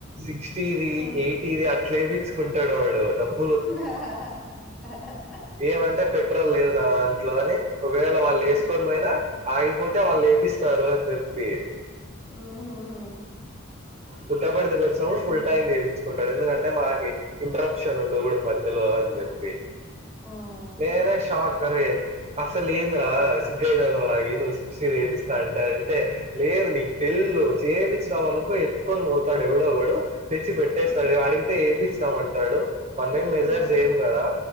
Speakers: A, on the right (about 35°); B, in the centre.
A: సిక్స్టీది
B: మ్మ్.
A: ఎయిటీది ఇది అట్ల ఎపిచ్చు కుంటాడు వాడు డబ్బు
B: హా హా హా
A: ఏమంటే పెట్రోల్ లేదు దాంట్లో అని ఒకవేళ వాళ్ళు
B: మ్మ్.
A: వేసుకొని పోయినా ఆగిపోతే
B: మ్మ్.
A: వాళ్ళు ప్పిస్తారు అని చెప్పి
B: హు హు
A: పుట్ట బడితేకొచ్చము
B: మ్మ్.
A: ఫుల్ ట్యాంక్ చేయించుకున్నాము ఇక్కడ ఎందుకంటే మాకి ఇంట్రప్షన్ ఉండ గుడి మధ్యలో అని చెప్పి
B: మ్మ్.
A: నేనా షాక్ అరే అసలు ఏంది రా అని నువ్వు సిక్టీ చేపిస్తా అంటే అంటే లేదు నీకు తెల్ చేపిస్త అనుకో ఎత్తుకొని పోతాడు ఎవడోవడు తెచ్చి పెట్టేస్తాడు
B: మ్మ్.
A: అడిగితే ఏపిచినాము అంటాడు మన ఏం మెజర్
B: మ్మ్.
A: చేయం కదా